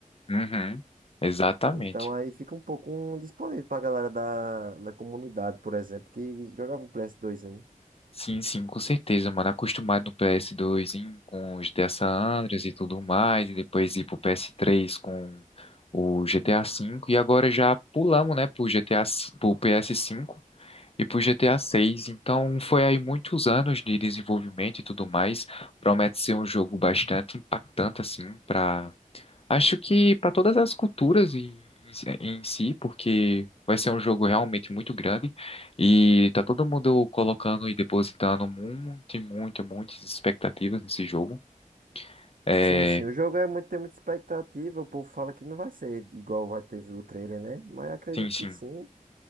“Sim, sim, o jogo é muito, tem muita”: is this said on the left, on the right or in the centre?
Right